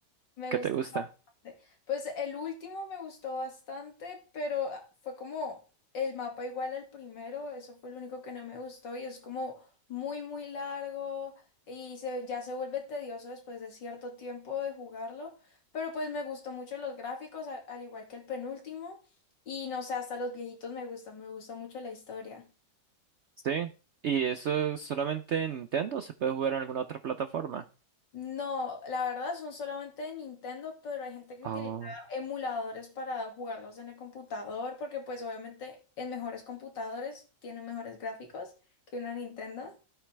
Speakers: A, on the left; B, on the right.
A: Me
B: ¿qué
A: gustó
B: te gusta?
A: bastante. Pues el último me gustó bastante, pero ah, fue como el mapa igual al primero, eso fue lo único que no me gustó y es como muy, muy largo y se, ya se vuelve tedioso después de cierto tiempo de jugarlo, pero pues me gustó mucho los gráficos, a- al igual que el penúltimo y no sé, hasta los viejitos me gustan, me gusta mucho la historia.
B: Sí. ¿Y eso es solamente en Nintendo o se puede jugar en alguna otra plataforma?
A: No, la verdad son solamente de Nintendo, pero hay gente que
B: Oh.
A: utiliza emuladores para jugarlos en el computador, porque pues obviamente en mejores computadores tienen mejores gráficos que una Nintendo.